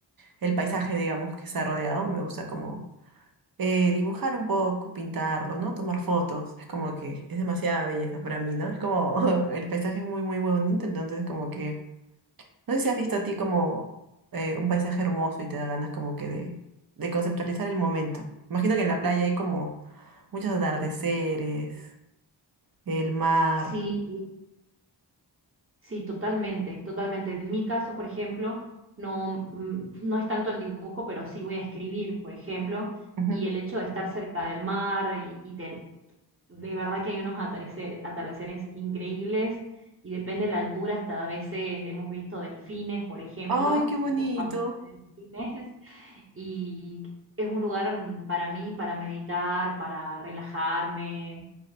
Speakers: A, on the right; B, on the right.
A: el paisaje, digamos, que está rodeado, me gusta como eh, dibujar un poco, pintarlo, ¿no? Tomar fotos. Es como que es demasiada belleza para mí, ¿no? Es como <laughs> el paisaje es muy, muy bonito, entonces como que... No sé si has visto a ti como eh, un paisaje hermoso y te da ganas como que de, de conceptualizar el momento. Imagino que en la playa hay como muchos atardeceres, el mar.
B: Sí, Sí, totalmente, totalmente. En mi caso, por ejemplo, no, mm, no es tanto el dibujo, pero sí voy a escribir, por ejemplo,
A: Ujú.
B: y el hecho de estar cerca del mar y, y ten- de verdad que hay unos atardecer- atardeceres increíbles y depende de la altura, hasta a veces hemos visto delfines, por ejemplo,
A: ¡Ay, qué bonito!
B: tipo familias de delfines, <laughs> y es un lugar mm, para mí, para meditar, para relajarme